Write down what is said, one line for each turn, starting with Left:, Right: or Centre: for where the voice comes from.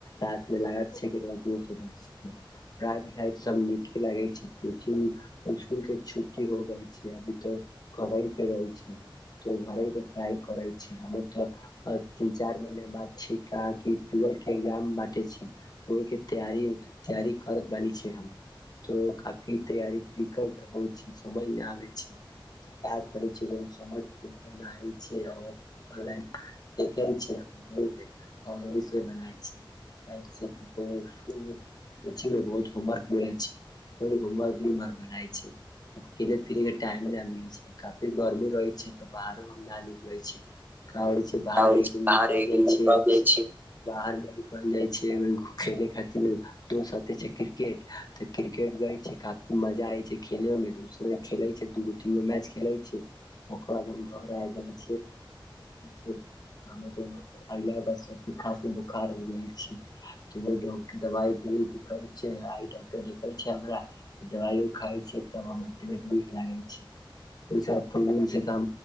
Left: रातमे लागत छै कि बहोत जोर सँ बरशे। पढ़ाइ लिखाइ सब नीके लागै छै कोचिंग स्कुल के छुट्टी हो गइल छै, अभी तऽ घड़हे पे रहै छै। तो घरेके पढ़ाइ करै छी हमे तऽ। आ तीन चार महिना बाद छै क कि टुवेल्थ के ए्जाम बाटे छै। ओहिके तैयारी तैयारी करत बानी छै हम। तऽ काफी तैयारी दिक्कत होइ छै, समझ नहि आबै छै। त का करै छै जब समझ मे ना आइ छै और देखे छै मूवी आओर अइ से बनाए छी। कैल से तँ फेर स्कूले छै। कोचिंग में बहुते होमवर्क मिलै छै वही होमवर्क दिनभर बनाय छै। खेले फिरे के टाइम न मिले छै काफी। गर्मी रहे छै तऽ बाहरो हम न निकले छी, कहै छी। बाहर
Right: आबै
Left: एक
Right: छै
Left: दिन
Right: बाहर
Left: नई
Right: एक
Left: जाइ
Right: दिन निकल
Left: छियै।
Right: जाइ
Left: बाहरमे भ कोन जाइ छियै खेलै खातिर। दोसे छै क्रिकेट तऽ क्रिकेट गये छै काफी मजा आय छै खेलयो में दोस खेले छै दूगो। दुगो मैच खेलै छियै ओकर बाद हम घर आबि जाइ छियै। हमरा त अगला बेर स बेसी खाॅंसी बोखार हो जाइ छै तऽ डाक्टर दबाइ देह दुखाई छै आइ डाक्टर देखै छै हमरा। दबाइयो खाइ छियै तब हमर तबियत नीक लागै छै।